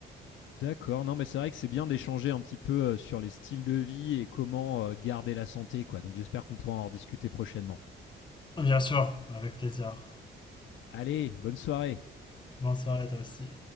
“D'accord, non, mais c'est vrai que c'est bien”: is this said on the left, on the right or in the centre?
Left